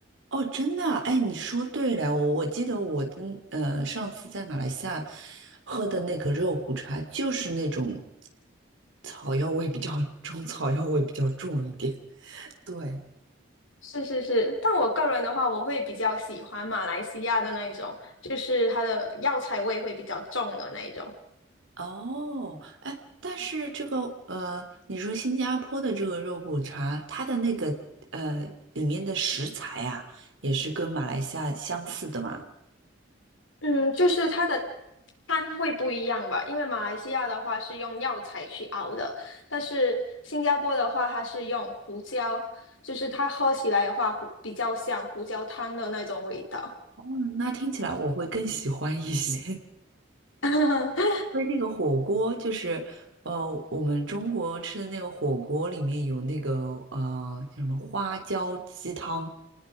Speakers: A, on the right; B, on the left.
A: 哦，真的啊，哎，你说对了，我我记得我的呃上次在马来西亚喝的那个肉骨茶，就是那种草药味比较中草药味比较重一点，对。
B: 是是是，但我个人的话，我会比较喜欢马来西亚的那一种，就是它的药材味会比较重的那一种。
A: 哦，哎，但是这个呃，你说新加坡的这个肉骨茶，它的那个呃里面的食材啊，也是跟马来西亚相似的嘛？
B: 嗯，就是它的汤会不一样吧，因为马来西亚的话是用药材去熬的，但是新加坡的话它是用胡椒，就是它喝起来的话胡比较像胡椒汤的那种味道。
A: 哦，那听起来我会更喜欢一些，<laughs> 因
B: <laughs>
A: 为那个火锅就是呃，我们中国吃的那个火锅里面有那个呃叫什么花椒鸡汤